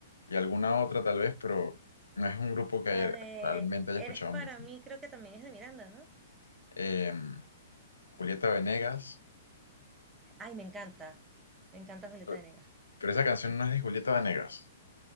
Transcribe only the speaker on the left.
y alguna otra tal vez, pero no es un grupo que
haya-
realmente haya
escuchado
mucho.
Em, Julieta Venegas,
pe-
pero esa canción
no es de Julieta Venegas.